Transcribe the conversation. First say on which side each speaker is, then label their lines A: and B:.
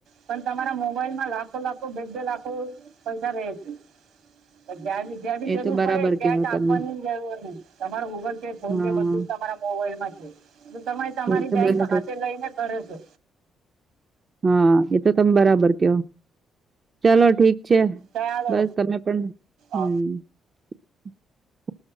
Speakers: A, on the right (about 80°); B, on the right (about 35°).
A: પણ તમારા મોબાઈલ માં લાખો લાખો બે બે લાખો પૈસા રહે છે. <unintelligible> જરૂર
B: એ તો બરાબર
A: પડે ત્યાજ
B: કેવો
A: આપવા
B: તમે
A: ગય તમારું ગૂગલ પે ફોન
B: હા
A: પે બધું જ તમારા મોબાઈલ માં છે. તમારી
B: એ તો
A: બેંક
B: બરાબર
A: હાતે લઈને કરે છે.
B: હા, એ તો તમે બરાબર ક ચાલો ઠીક છે
A: ચાલો
B: બસ તમે પણ હમ.
A: અ,
B: <inaudible>